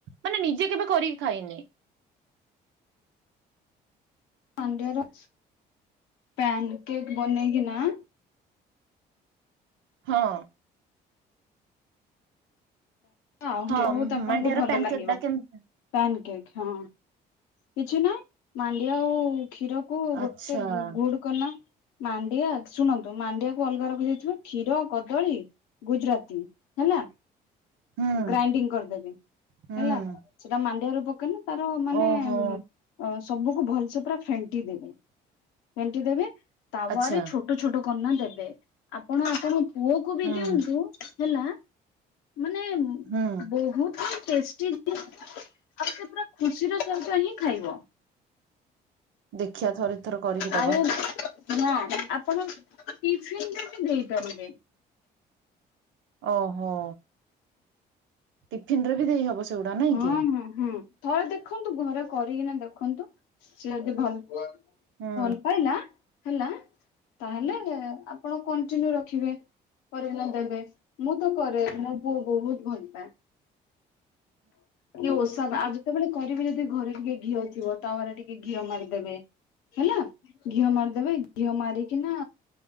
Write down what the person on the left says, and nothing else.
ପାଣ୍ଡିଆର ପ୍ୟାନ୍ କେକ୍ ବନେଇକି ନା
ବୋହୁତ୍
ଆପଣଙ୍କୁ
ଭଲ
ଲାଗିବ।
ପ୍ୟାନ କେକ୍ ହଁ, କିଛି ନାଇଁ ମାଣ୍ଡିଆ ଆଉ କ୍ଷୀର କୁ ଗୋଟେ
ଗୁଡ୍ କ ନା ମାଣ୍ଡିଆ ଶୁଣନ୍ତୁ ମାଣ୍ଡିଆକୁ ଅଲଗା ରଖିଦେଇଥିବ କ୍ଷୀର କଦଳୀ ଗୁଜୁରାତି ହେଲା।
ଗ୍ରାଇଣ୍ଡିଙ୍ଗ କରିଦେବି
ହେଲା ସେଟା ମାଣ୍ଡିଆ ରେ ପକେଇନେତାର ମାନେ
ଅ ସବୁକୁ ଭଲ୍ସେ ପୁରା ଫେଣ୍ଟି ଦେବେ ଫେଣ୍ଟି ଦେବେ ତାୱାରେ
ଛୋ ଟୋ ଛୋଟୋ କନା ଦେବେ ଆପଣ ଆପଣଙ୍କ ପୁଅ କୁ ବି
ଦିଅନ୍ତୁ। ହେଲା ମାନେ
ବୋହୁଥି ଟେଷ୍ଟି ଆଉ ସେ ପୁରା ଖୁସିର ସେହିତ ହିଁ ଖାଇବ।
ଆଉ
ନା, ଆପଣ ଟିଫିନ୍ ରେ ବି ଦେଇପାରିବେ।
ହଁ
ହଁ ହୁଁ ଥରେ ଦେଖନ୍ତୁ ଘରେ କରିକିନା ଦେଖନ୍ତୁ ସିଏ ଯଦି ଭଲ୍
ଭଲ୍ ପାଇଲା ହେଲା ତାହେଲେ ଆପଣ କଣ୍ଟିନ୍ୟୁ ରଖିବେ। କରିକିନା ଦେବେ ମୁଁ ତ କରେ ମୋ ପୁଅ ବହୁତ ଭଲ୍ ପାଏ। କି ଓଷା ଆଉ ଯେତେବେଳେ କରିବେ ଯଦି ଘରେ ଟିକେ ଘିଅ ଥିବ। ତାୱା ରେ ଟିକେ ଘିଅ ମାରିଦେବେ ହେଲା ଘିଅ ମାରିଦେବେ ଘିଅ ମାରିକିନା